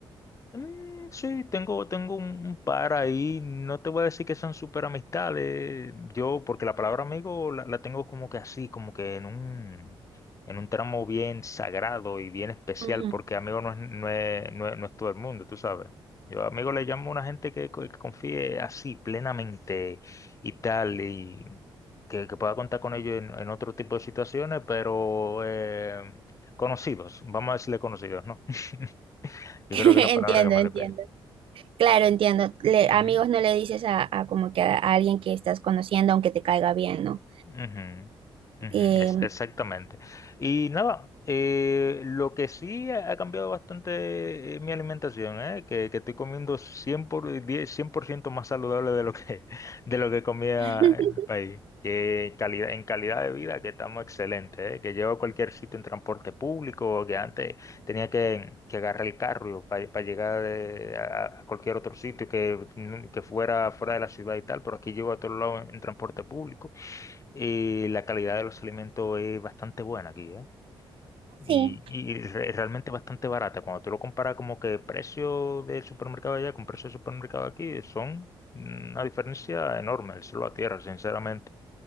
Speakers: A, on the left (about 35°); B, on the right (about 75°).
A: Mm, sí, tengo, tengo un un par ahí. No te voy a decir que son súper amistades. Yo, porque la palabra amigo la, la tengo como que así, como que en un, en un tramo bien sagrado y bien especial,
B: Ujú.
A: porque amigo no es, no es, no es, no es todo el mundo, tú sabes. Yo amigo le llamo a una gente que, co- que confíe así, plenamente y tal, y que, que pueda contar con ellos en, en otro tipo de situaciones, pero eh, conocidos, vamos a decirle conocidos, ¿no? <laughs>
B: <laughs>
A: Yo
B: Entiendo,
A: creo que es la palabra que más
B: entiendo.
A: le pega.
B: Claro, entiendo. Le-
A: Ujú.
B: amigos no le dices a, a como que a, a alguien que estás conociendo, aunque te caiga bien, ¿no?
A: Ujú, ujú,
B: Em,
A: es- exactamente. Y nada, eh, lo que sí ha ha cambiado bastante eh, mi alimentación, eh, que, que estoy comiendo cien por, eh, diez cien por ciento más saludable de lo que, <laughs> de lo que comía
B: <laughs>
A: en el país. Que calidad, en calidad de vida que estamos excelentes, eh, que llevo a cualquier sitio en transporte público, que antes tenía que, que agarrar el carro para llegar de- a, a cualquier otro sitio que, que fuera fuera de la ciudad y tal, pero aquí llego a todos lados en en transporte público eh, la calidad de los alimentos es bastante buena aquí, ¿eh? Y,
B: sí.
A: y re- realmente bastante barata. Cuando tú lo comparas como que precio del supermercado allá con precio del supermercado aquí, son una diferencia enorme, el cielo a tierra, sinceramente.